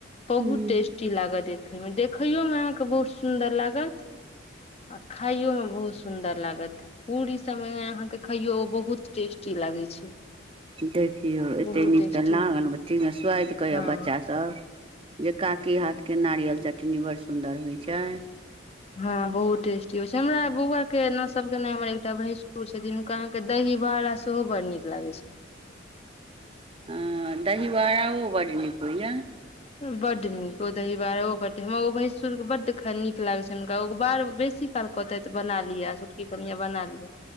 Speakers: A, on the left (about 35°); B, on the right (about 30°).
A: बहुत
B: हूँ
A: टेस्ट हँ, ई लागत में देखैमे बहुत सुन्दर लागत। अहाँके बहुत नीक लागत खाइयोमे बहुत सुन्दर लागत पूरी सबमे अहाँ के खाइयो ओ बहुत टेस्टी लागे छै
B: देखियौ एतेक
A: बहुत
B: नीक
A: टेस्टी
B: तऽ लागल, सुआत कहेया
A: हँ
B: बच्चा सभ जे काकि हाथ के नारियल चटनी बड़ सुन्दर होय छै
A: हँ बहुत टेस्टी होइ छै हमरा बौआ के न सब के हमरा एकटा भैंसुर छथिन अहाँके दही बाड़ा सेहो बड़ नीक लागै छै
B: हऽ दहीवड़ा बड़ नीक हो या
A: बड़ नीक ओ दही बारओ बड हमरा ओ भैसुर बड़ ख नीक लागैय छनि हुनका ओ बार बेसी काल कहतैत बना लिय छोटकी कनिया बना लिय